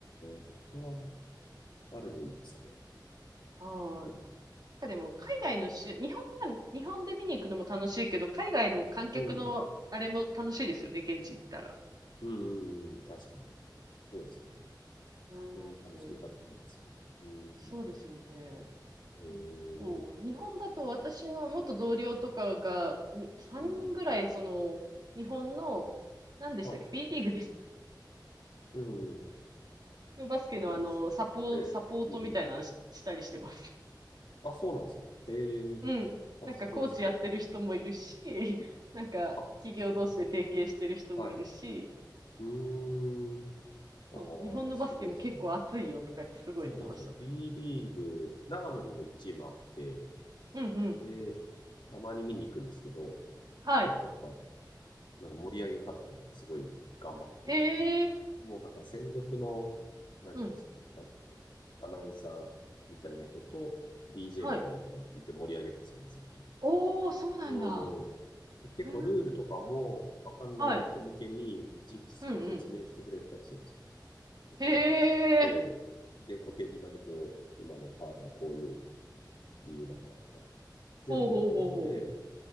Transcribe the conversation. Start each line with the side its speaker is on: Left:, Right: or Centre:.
Left: ー、僕は、あれのいいですね。
Right: はい。
Left: うん。
Right: なんかでも海外のし、日本からも、日本で見に行くのも楽しいけど、海外の観客のあれも楽しいですよね、
Left: うん。
Right: 現地行ったら。
Left: うん。うんうん確かに。そうですよね。
Right: うん。
Left: そういう楽しみ方ありますよね。うん。
Right: そうですよね。
Left: えー、
Right: こう、日本だと私の元同僚とかが、に3人ぐらい、
Left: うん。
Right: その、日本の、何でしたっけ
Left: はい。
Right: ?B リーグです。
Left: うん。うん
Right: のバスケのあの、
Left: ありますね。
Right: サポ、
Left: ええ、
Right: サポートみたいなのししたりしてます。
Left: B リーグ。あ、そうなんですか。ええ、
Right: うん。
Left: あ、
Right: なんかコーチやってる人もいるし、
Left: すごいですね。
Right: <laughs> なんか企業同士で提携してる人もいるし、
Left: あ、そうなんです。はい。うーん。ああ、
Right: そう、日本のバスケも結構熱いよとか言ってすごい言ってました。
Left: すごいですね。そうなんですよ。B リーグ、長野にも1チームあって、
Right: うんうん。
Left: で、たまに見に行くんですけど、
Right: はい。
Left: 結構やっぱ、なんか盛り上げ方とかすごい頑張って、
Right: へえ。
Left: もうなんか専属の、なんていうんですかね、
Right: うん。
Left: あアナウンサーみたいな人と DJ
Right: はい。
Left: みたいな人がいて盛り上げるんですよね、ずっと。
Right: おー、そうなんだ。
Left: うん。で、結構ルールとかもわかんない人向けにいちいちこう説明してくれたりするんですよ。
Right: へえ。はい。うんうん。
Left: とか、
Right: へえ。
Left: ええ電光掲示板にこう、今のファールはこういう理由だからとか、全部出てるんで、
Right: ほうほうほうほう。